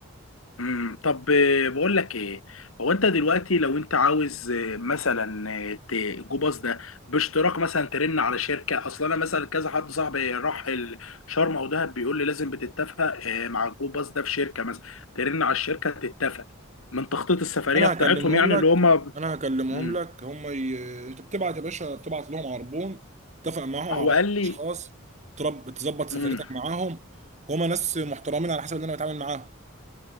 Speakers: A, on the left; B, on the right.
A: مم. طب آه، بقول لك ايه هو انت دلوقتي لو انت عاوز آه، مثلا آه، ت- الجوباس ده باشتراك مثلا ترن على شركة اصلا انا مثلا كذا حد صاحبي راح ال- شرم او دهب بيقول لي لازم بتتفق آه، مع الجوباس ده في شركة مثلا ترن على الشركة تتفق من تخطيط السفرية
B: انا
A: بتاعتهم
B: هكلمهم
A: يعني
B: لك
A: اللي هما
B: انا هكلمهم
A: مم.
B: لك هم ي... انت بتبعت يا باشا بتبعت لهم عربون اتفق معاهم
A: هو
B: على عدد
A: قال لي
B: اشخاص ترب... تظبط سفريتك
A: مم.
B: معاهم هما ناس محترمين على حسب اللي انا بتعامل معاهم